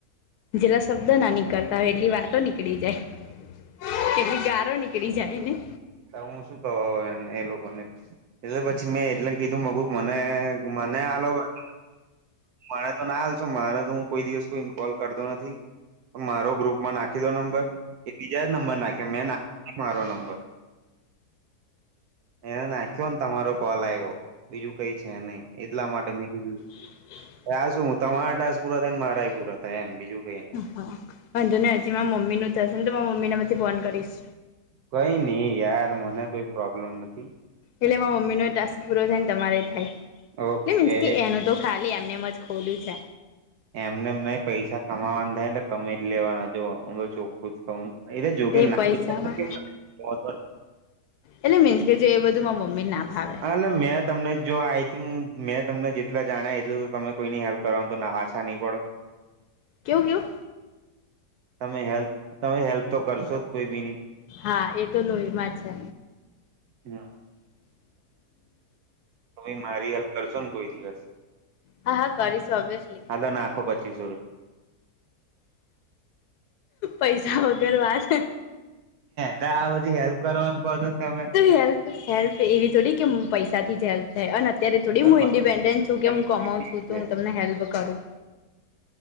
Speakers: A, on the left (about 80°); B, on the right (about 75°).
A: જેટલા શબ્દો ના નીકળતા હોય એટલી વાતો નીકળી જાય. એટલી ગારો નીકળી જાય નય?
B: તો હું શું કવ હવે એને એ લોકોને, એટલે પછી મેં એટલે કીધું મકુ મને મ અને આ લોકો <unintelligible> મને તો ના આલશો મારે તો હું કોઈ દિવસ કોઈન કોલ કરતો નથી. મારો ગ્રુપમાં નાખી દો નંબર એ બીજા નંબર નાખે મે નાખ મારો નંબર. એને નાખ્યો ને તમારો કોલ આવ્યો બીજું કઈ છે નહી એટલા માટે મેં કીધું.
A: હમ.
B: હ શું હું તમારદાસપુર હતા ને મારાયપુર હતા એમ બીજું કઈ. નહી
A: હા પણંધુ ને હજી મારા મમ્મી નું થશે ને તો મમ્મી માંથી ફોન કરીશ.
B: કઈ નઈ યાર મને કોઈ પ્રોબ્લેમ નથી.
A: એટલે માર મમ્મી નોય ટાસ્ક પૂરો થાય ને તમારે થાય,
B: ઓકે
A: એટલે મીન્સ કે એનું તો ખાલી એમ એમ જ ખોલ્યું છે.
B: એમને એમ નય, પૈસા કમાવાન થાય ને કમે જ લેવાના જો હું તો ચોખ્ખું જ કવ હું એ જો કે
A: તે પૈસામાં
B: <inaudible> ઓધો નય.
A: એટલે મીન્સ કે જે એ બધું માર્ મમ્મીન ના ભાવે
B: હાલા મેં તમને જો આઈ થિંક મેં તમને જેટલા જાણ્યા એટલ તો તમે કોઈની હેલ્પ કરવાનું તો ના પાછા નહી પડો.
A: કેવું કેવું?
B: તમે હેલ્પ તમે હેલ્પ તો કરશો જ કોઈ બીની.
A: હા એ તો લોહીમાં છે.
B: હમ. તમે મારી હેલ્પ કરશોન કોઈ દિવસ?
A: હા હા કરીશ ઓવીઅસલી.
B: હા તો <unintelligible> એ
A: પૈસા વગર વાત
B: તો આ બધી હેલ્પ કરવાનું કો છોન તમે.
A: હેલ્પ હેલ્પ તો એવી થોડી કે હ પૈસાથી જે હલ્પ થાય અને. અત્યારે થોડી
B: પણ
A: હું ઇન્ડિપેન્ડન્ટ છું
B: મારા
A: કે
B: પૈસા
A: હું કમાવું છું તો હું તમને હેલ્પ કરું.